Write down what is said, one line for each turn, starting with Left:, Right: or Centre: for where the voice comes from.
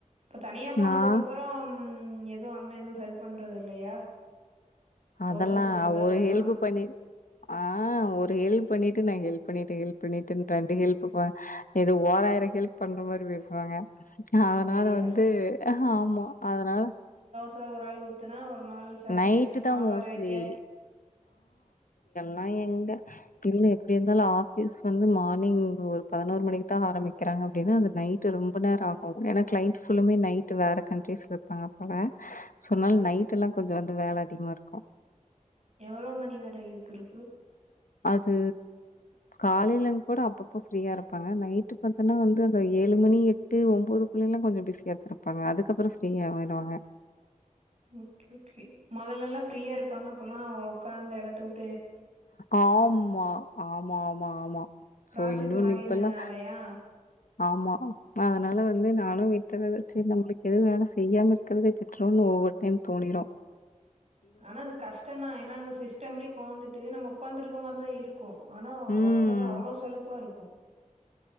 Right: ப்ப தனியா போனதுக்கப்புறம்
Left: நான்
Right: ம் ம்‌ எதுவு அண்ணே எதுவு ஹெல்ப் பண்றது இல்லையா
Left: அதெல்லா
Right: தோச சுட்றது
Left: ஒரு
Right: அதெல்லாம்?
Left: ஹெல்பு பண்ணி ஆ ஒரு ஹெல்ப் பண்ணிட்டு நா ஹெல்ப் பண்ணிட்டே ஹெல்ப் பண்ணி பண்ணிட்டுண்டு ஹெல்ப் பா இது ஓராயிரம் ஹெல்ப் பண்ற மாரி பேசுவாங்க அதனால
Right: அப்படியா?
Left: வந்து ஆமா அதனால
Right: தோ ஒராள் ஊத்துனா ஒரு நாலு சட்னி
Left: நைட்டு
Right: வச்சு சாம்பார்
Left: தான் மோஸ்ட்லி
Right: வெக்க
Left: நா எங்க இல்ல எப்டி இருந்தாலு ஆபீஸ் வந்து மார்னிங் ஒரு பதினோரு மணிக்கு தா ஆரம்பிக்குறாங்க அப்டின்னு அந்த நைட் ரொம்ப நேர ஆகு ஏன்னா கிளைண்ட் ஃபுல்லுமே நைட் வேற கண்ட்ரீஸ்ல இருப்பாங்க போல சொன்னால் நைட்ல்லா கொஞ்சோ வந்து வேல அதிகமாருக்கு
Right: எவ்ளோ மணி வர இருக்குரு
Left: அது காலேலங் கூட அப்பப் இப்ப ஃப்ரீயா இருப்பாங்க நைட்டு பாத்தன்னா வந்து அந்த ஏழு மணி எட்டு ஒம்போதுக்குள்ளலா கொஞ்சோ பிஸியா த இருப்பாங்க அதுக்கப்றோ ஃப்ரீயா ஆயிடுவாங்க
Right: ம் ஓகே ஓகே முதல்லல்லா ஃப்ரீயா இருப்பாங்க அப்பல்லா உக்காந்த எடத்தவுட்
Left: ஆமா ஆமா ஆமா ஆமா
Right: ப்ராஜெக்ட்
Left: சோ இன்னொன்னு
Right: மாறினதுனாலயா
Left: இப்பல்லா ஆமா ஆ அதனால வந்து நானு விட்றது சேரி நம்மளுக்கு எது வேல செய்யாம இருக்றதே பெட்றோனு ஒவ்வொரு டைம் தோனிரு
Right: ஆனா அது கஷ்டந்தா ஏன்னா அங்க சிஸ்டம்லயு உக்காந்துட்டு நம்ம உக்காந்துரு ருக்க மாரிதா இருக் ருக்கு ஆனா
Left: ம்.
Right: ஒடம்புலா அவ்ளோ சலுப்பாருக்கு